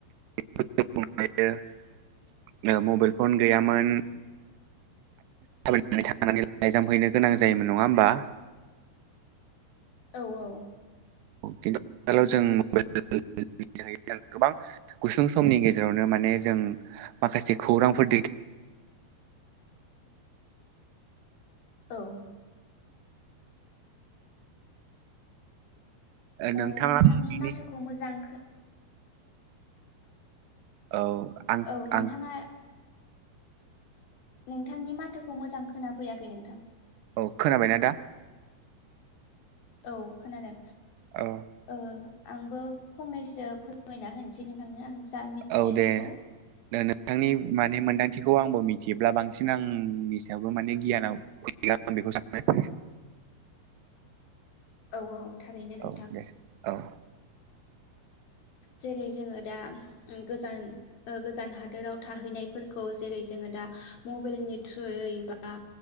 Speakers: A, on the right; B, on the left.
A: <unintelligible> <unintelligible> मबाइल फन गैयामोन थायनानै थांनानै लाइजामफैनो गोनां जायोमोन नङा होमबा
B: औ औ
A: <unintelligible> जों <unintelligible> जों गोबां गुसुं समनि गेजेरावनो माने जों माखासे खौरांफोर दै
B: <inaudible> औ ओ
A: नोंथाङा
B: नोंथांनि
A: बिनि
B: माथोखौ मोजां खो
A: औ आं
B: औ नोंथांआ
A: आं
B: नोंथांनि माथोखौ मोजां खोनाफैयाखै नोंथां
A: औ खोनाबाय ना दा
B: औ खोनादों
A: औ
B: ओ आंबो फंनैसो फोरमायना होनोसै नोंथांनो आं जा मिथियो
A: औ दे
B: बेखौ
A: द नोंथांनि माने मोन्दांथिखौ आंबो मिथियोब्ला बांसिन आंनि सायावबो माने गियानाव फैगोन बेखौ सान
B: <inaudible> औ औ थारैनो नोंथां
A: औ दे औ
B: जेरै जोङो दा गोजान गोजान हादोराव थाहैनायफोरखौ जेरै जोङो दा मबाइलनि थ्रुयै बा